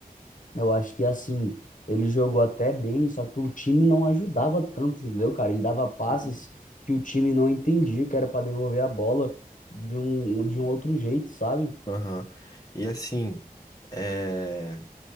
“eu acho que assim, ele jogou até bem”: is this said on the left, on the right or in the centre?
Left